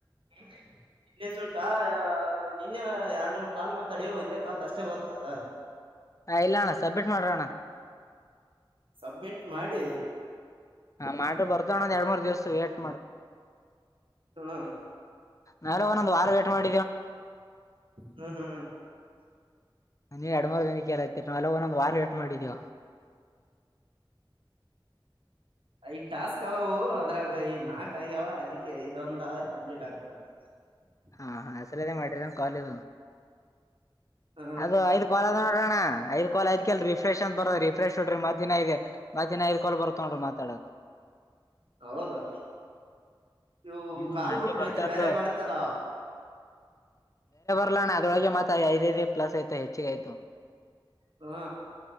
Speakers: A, on the right (about 85°); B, on the left (about 40°).
A: ಹ್ಮ ನಿನ್ನೆ ಸುಂಟಾ ನಿನ್ನೆ ಎರಡ್ ಮೂರ್ ಕಾಲ್ ಮಾತಾಡಿ ಒಂದೇ ಕಾಲ್ದ ಅಷ್ಟೇ ಬಂದ ಅಧ
B: ಹ ಇಲ್ಲ ಅಣ್ಣ ಸಬ್ಮಿಟ್ ಮಾಡ್ರಣ್ಣ.
A: ಸಬ್ಮಿಂಟ್ ಮಾಡಿ.
B: ಹಾ ಮಾಡ್ರ ಬರ್ದಣ್ಣಂದ ಎರಡ್ ಮೂರ್ ದಿವ್ಸ ವೇಟ್ು.
A: ಹಾ <inaudible>
B: ನಾೆ ಒಂದೊಂದ ವೇಟ್ ಮಾಡಿ
A: ಹ್ಮ್ ಹ್ಮ್ ಹ್ಮ
B: ನೀ ಎರಡು ಮೂರು ದಿನಕ್ಕೆಲ್ಲತಿರ ನ ಅಲ್ಲ ಒಂದೊಂದ್ ವಾರ ವೇಟ್ ಮಾಡಿದೀವ
A: ಈ ಟಾಸ್ಕ್ ಅವವು ಅದ್ರಾಗ ಈ ನಾಕ್ ಆಗ್ಯಾವ ಅದಕ್ಕೆ ಇದೊಂದ ಆದ್ರ ಕಂಪ್ಲೀಟ್ ಆಗತ್ತ ಹ
B: ಹಾ ಹ ಆ ಸಲದೇ ಮಾಡಿದ್ರಂಗ ಕಾಲದು
A: ಹ
B: ಅದು ಐದ್ ಕಲ್ ಅ ನೋಡ್ರಣ ಐ್ ಕಾಲ್ ದ್ಕಲ್ ರಿಫ್ರೆಶ್ ಅಂತ ಬರೋದು ರಿಫ್ರೆಶ್ ಹೊಡ್ರಿ ಮತ್ತ ಇ ಇ್ ಬಾತಿನ ಎರ್ಕಲ್ ಬರ್ತೊಂಡ್ರಿ ಮಾತಾಡಕ್
A: ಹೌದಾ ಇವು
B: ಹ್ಮ್
A: ಕಾಲ್ಬಿಟ್ಟು
B: ಹಂಗೆ ಬರ್ತಾ
A: ಮತ್ತೆ
B: ಇದ್ದು
A: ಬೇರೆ ಬರ್ತಲ್ಲ
B: ಲ್ಲಣ ಅದೊಳಗೆ ಮಾತ್ರ ಐದ ಪ್ಲಸ್ ಆಯತು ಹೆಚ್ಚಿಗೆ ಆ್ತು
A: ಹಾ